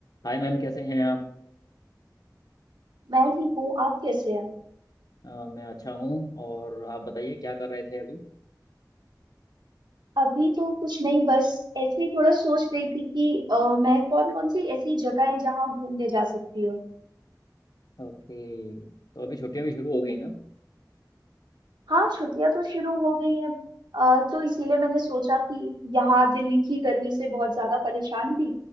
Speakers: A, on the left; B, on the right.
A: हाय ma'am कैसे हैं आप
B: मैं ठीक हूँ आप कैसे हैं
A: अ, मैं अच्छा हूँ और आप बताइए क्या कर रहे थे अभी
B: अभी तो कुछ नहीं बस ऐसे ही थोड़ा सोच रही थी कि अ, मैं कौन कौन सी ऐसी जगह है जहाँ घूमने जा सकती हूँ
A: ओके तो अभी छुट्टियां भी शुरू हो गई ना
B: हाँ छुट्टियाँ तो शुरू हो गई हैं अ, तो इसीलिए मैंने सोचा कि यहाँ दिल्ली की गर्मी से बहुत ज्यादा परेशान थी